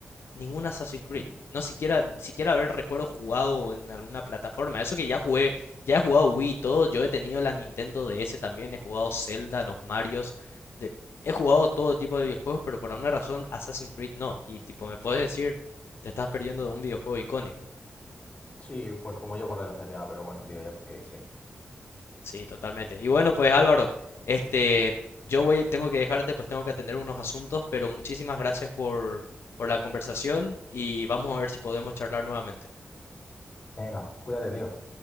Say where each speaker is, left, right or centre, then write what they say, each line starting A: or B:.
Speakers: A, on the left; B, on the left.
A: ningún Assassin's Creed.
B: Ujú.
A: No siquiera, ni siquiera haber recuerdo jugado en alguna plataforma. Eso que ya jugué, ya he jugado Wii y todo. Yo he tenido la Nintendo DS también, he jugado Zelda, los Marios. de- he jugado todo tipo de videojuegos, pero por alguna razón Assassin's Creed no. Y tipo, me puedes decir, te estás perdiendo de un videojuego icónico.
B: Sí, pues como yo con lo del GTA, pero bueno, tío, ya que sé.
A: Sí, totalmente. Y bueno, pues Álvaro, este, yo voy, tengo que dejarte, pues tengo que atender unos asuntos, pero muchísimas gracias por, por la conversación y vamos a ver si podemos charlar nuevamente.
B: Venga, cuídate, tío.